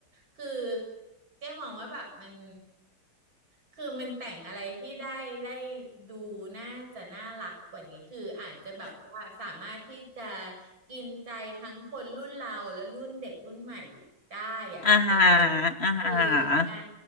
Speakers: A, on the right; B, on the left.
A: คือเจ๊มองว่าแบบมันคือมันแต่งอะไรที่ได้ได้ดูน่าจะน่ารักกว่านี้คืออาจจะแบบว่าสามารถที่จะกินใจทั้งคนรุ่นเราและรุ่นเด็กรุ่นใหม่ได้อ่ะเออ
B: อ่าฮะอ่าฮะ
A: คือการ